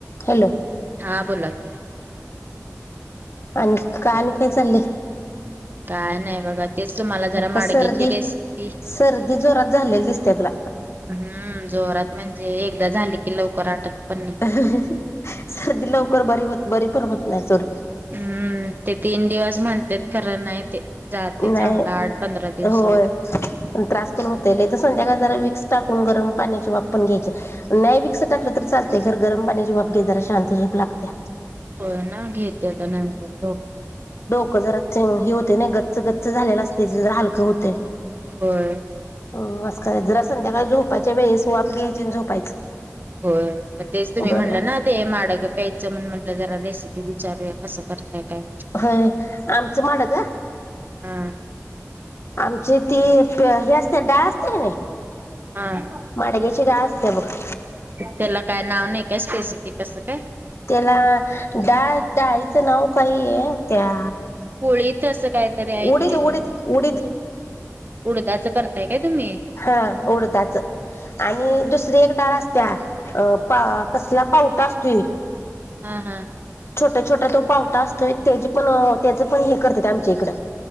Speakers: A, on the left (about 50°); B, on the right (about 35°).
A: Hello.
B: हा बोला की.
A: आणि का आणि काय चाललंय..
B: काय नाही बघा. तेच तुम्हाला जरा
A: आता
B: माडग्याची
A: सर्दी
B: रेसिपी..
A: सर्दी जोरात झालेली दिसते तुला
B: हम्म जोरात म्हणजे एकदा झाली की लवकर आटत.. पण नाही.
A: अहहह सर्दी लवकर बरी होत बरी पण होत नाही सर्दी.
B: हम्म ते तीन दिवस म्हणतात खरं नाही ते. जाते चांगला
A: नाही
B: आठ पंधरा दिवसावर
A: होय प त्रास पण होतल इथ संध्याकाळ.. जरा व्हिक्स टाकून गरम पाण्याची वाप पण घ्यायची नाही व्हिक्स टाकलं तर चालतयर गरम पाण्याची वाप घे जरा. शांत झूप लागते.
B: होय ना घेतेआता नंतर झोप.
A: डोक जरा हे होते ना गच्च गच्च झालेला असते जरा हलकं होतय.
B: होय
A: हम अस खरा
B: मग
A: जरा संध्याकाळी झोपायच्या वेळेस वाप घ्यायचीन झोपायचं.
B: होय मग तेच तुम्ही
A: बरं
B: म्हणलं
A: वाटतंय
B: ना ते माडग प्यायचं म्हण म्हटलं जरा रेसिपी विचारूया. कसं करताय काय.
A: होय आमचं माड ग.
B: हा
A: आमची ती हे असते डाळ असते का नाही?
B: हा
A: माडग्याची डाळ अस त्या बख
B: त्याला काय नाव नाही काय स्पेसिफिक असं काय?
A: त्याला डाळ डाळीचं नाव कायये त्या?
B: कोळीत असं काहीतरी ऐकलेलं,
A: उडीद उडीद उडीद
B: उडदाच करताय. काय तुम्ही?
A: हा उडदाच आणि दुसरी एक डाळ असत्या अं कसला पावटा असत्योय
B: हा हा
A: छोटा छोटा तो पावटा असतोय, त्याची पण त्याचं पण हे करते ते आमच्या इकडं.